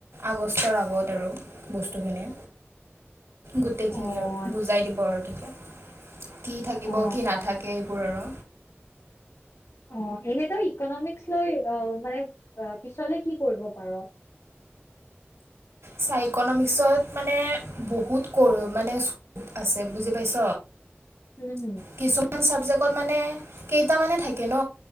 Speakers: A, on the right; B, on the left.
A: আগষ্টৰ আগত আৰু বস্তুখিনি।
B: <inaudible>
A: গোটেইখিনি
B: অ
A: আৰু
B: আচ্ছা
A: বুজাই দিব আৰু তেতিয়া। কি থাকিব,
B: অ
A: কি নাথাকে এইবোৰ আৰু।
B: অ' এনে তই ইকনমিক্স লৈ অ মানে পিছলে কি কৰিব পাৰ?
A: চা ইকনমিকসত মানে বহুত ক মানে আছে বুজি পাইছ।
B: উম হম
A: কিছুমান চাবজেক্টত মানে কেইটামানে থাকে ন।